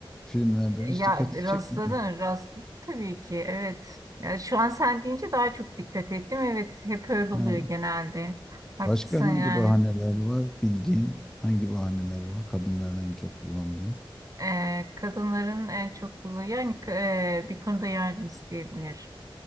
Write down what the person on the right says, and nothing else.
Ya
rastladın,
rastladım tabii ki. Evet. Ya şu an sen deyince daha çok dikkat ettim. Evet, hep öyle
oluyor genelde. Haklısın
yani.
Ee, kadınların en çok kullandığı yani e, bir konuda yardım isteyebilir.